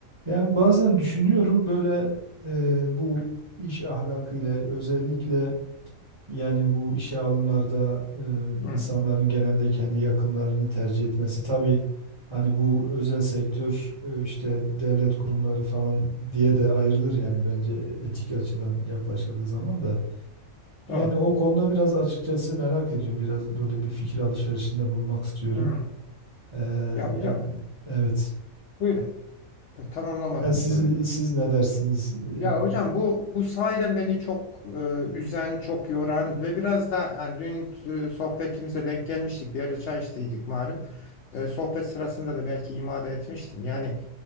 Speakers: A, on the right (about 25°); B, on the left (about 65°).
A: Yani bazen düşünüyorum böyle e, bu iş ahlakıyla özellikle yani bu işe alımlarda e,
B: Hı,
A: insanların genelde kendi yakınlarını tercih etmesi. Tabii hani bu özel sektör e, işte devlet kurumları falan diye de ayrılır yani bence e, etik açıdan yaklaşıldığı zaman da. Yani
B: doğru.
A: o konuda biraz açıkçası merak ediyorum. Biraz böyle bir fikir alışverişinde bulunmak istiyorum.
B: Hı.
A: E,
B: Ya hocam
A: yani evet.
B: buyurun. Tamamlamadığını
A: Yani siz,
B: soruyorum.
A: siz ne dersiniz? E,
B: Ya
A: bir-
B: hocam bu bu sahiden beni çok e, üzen, çok yoran ve biraz da yani dün e, sohbetimize denk gelmiştik. Bir yerde çay içtiydik malum. E, sohbet sırasında da belki imada etmiştim. Yani